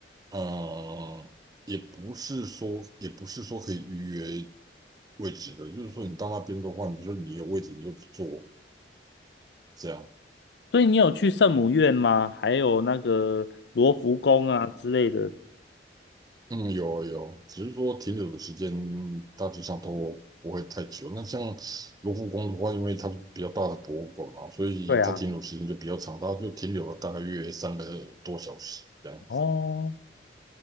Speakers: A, on the right; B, on the left.
A: 呃，也不是说也不是说可以预约位置的，就是说你到那边的话，你就说你有位置你就坐这样。
B: 所以你有去圣母院吗？还有那个罗浮宫啊之类的。
A: 嗯，有有，只是说停留的时间大致上都不会太久。那像卢浮宫的话，因为它是比较大的博物馆嘛，所以它停留时间就比较长，
B: 对啊，
A: 它就停留了大概约三个多小时这样子。
B: 哦，